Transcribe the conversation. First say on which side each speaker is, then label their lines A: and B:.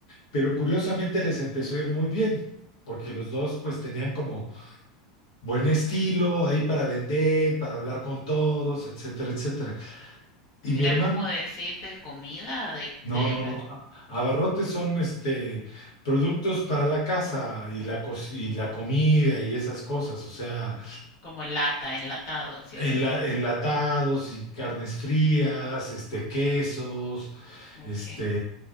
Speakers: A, on the left; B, on the left.
A: pero curiosamente les empezó a ir muy bien, porque los dos pues tenían como buen estilo ahí para vender, para hablar con todos, etcétera, etcétera. Y mi
B: Era
A: hermano,
B: como decir de comida, de,
A: no,
B: de
A: no,
B: para-
A: no, a- abarrotes son este... Productos para la casa y la, cos- y la comida y esas cosas, o sea,
B: como lata, enlatados
A: enla-
B: y así.
A: enlatados y carnes frías, este, quesos,
B: Ok,
A: este,